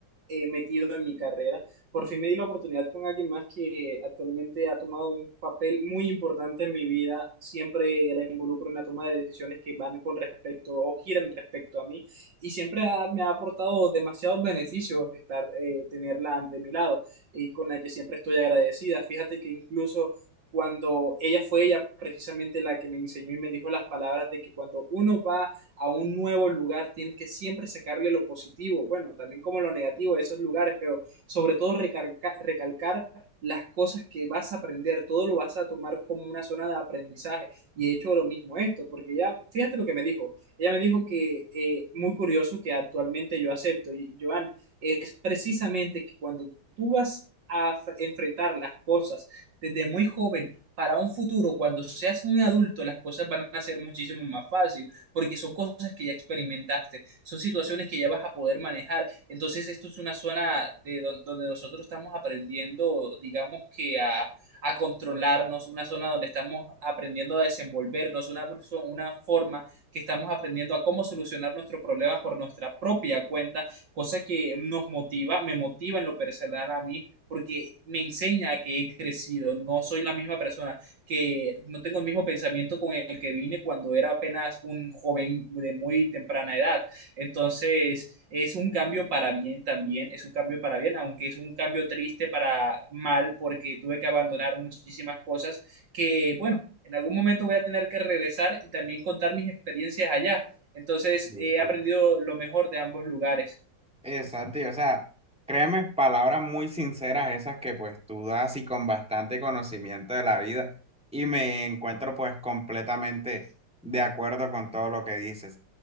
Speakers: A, on the right (about 55°); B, in the centre.
A: eh, metido en mi carrera, por fin me di la oportunidad con alguien más que actualmente ha tomado un papel muy importante en mi vida. Siempre la involucro en la toma de decisiones que van con respecto o giran respecto a mí y siempre ha- me ha aportado demasiados beneficios estar, eh, tenerla de mi lado y con la que siempre estoy agradecida. Fíjate que incluso cuando ella fue ella precisamente la que me enseñó y me dijo las palabras de que cuando uno va a un nuevo lugar tienes que siempre sacarle lo positivo, bueno, también como lo negativo de esos lugares, pero sobre todo recalca, recalcar las cosas que vas a aprender, todo lo vas a tomar como una zona de aprendizaje. Y he hecho lo mismo esto, porque ella fíjate lo que me dijo, ella me dijo que eh, muy curioso que actualmente yo acepto, y Joan, es precisamente que cuando tú vas a f- enfrentar las cosas, desde muy joven para un futuro, cuando seas un adulto, las cosas van a ser muchísimo más fácil, porque son cosas que ya experimentaste, son situaciones que ya vas a poder manejar. Entonces, esto es una zona de don- donde nosotros estamos aprendiendo, digamos que a, a controlarnos, una zona donde estamos aprendiendo a desenvolvernos, una, perso- una forma que estamos aprendiendo a cómo solucionar nuestros problemas por nuestra propia cuenta, cosa que nos motiva, me motiva en lo personal a mí porque me enseña que he crecido, no soy la misma persona, que no tengo el mismo pensamiento con el que vine cuando era apenas un joven de muy temprana edad. Entonces, es un cambio para bien también, es un cambio para bien, aunque es un cambio triste para mal, porque tuve que abandonar muchísimas cosas que, bueno, en algún momento voy a tener que regresar y también contar mis experiencias allá. Entonces,
B: Sí,
A: he
B: sí.
A: aprendido lo mejor de ambos lugares.
B: Exacto, y o sea, créeme, palabras muy sinceras esas que pues tú das y con bastante conocimiento de la vida y me encuentro pues completamente de acuerdo con todo lo que dices.